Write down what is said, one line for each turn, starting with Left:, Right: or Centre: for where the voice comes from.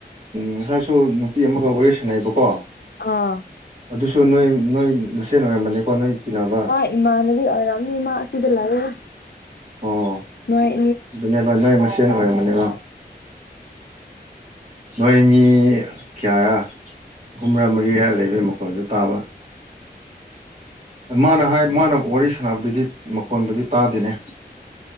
Right: ꯉꯁꯥꯏꯁꯨ ꯅꯨꯄꯤ ꯑꯃꯒ ꯋꯥꯔꯤ ꯁꯥꯟꯅꯩꯑꯕꯀꯣ
Left: ꯑꯥ
Right: ꯑꯗꯨꯁꯨ ꯅꯣꯏ ꯅꯣꯏ ꯃꯁꯦꯟ ꯑꯣꯏꯔꯝꯕꯅꯤꯀꯣ ꯅꯣꯏ ꯇꯤꯟꯅꯕ
Left: ꯑꯥ ꯏꯃꯥꯅꯕꯤ ꯑꯣꯏꯔꯝꯅꯤ ꯏꯃꯥ ꯑꯁꯤꯗ ꯂꯥꯛꯑ
Right: ꯑꯣ
Left: ꯃꯣꯏ
Right: ꯑꯗꯨꯅꯦꯕ ꯅꯣꯏ ꯃꯁꯦꯟ ꯑꯣꯏꯔꯝꯕꯅꯦꯕ ꯅꯣꯏ ꯃꯤ ꯀꯌꯥꯔ ꯑꯍꯨꯝꯔꯥ ꯃꯔꯤꯔꯥ ꯂꯩꯕꯒꯤ ꯃꯈꯣꯟꯜꯁꯨ ꯇꯥꯕ ꯃꯥꯅ ꯍꯥꯏ ꯃꯥꯅ ꯋꯥꯔꯤ ꯁꯥꯟꯅꯕꯗꯨꯗꯤ ꯃꯈꯣꯟꯕꯨꯗꯤ ꯇꯥꯗꯦꯅꯦ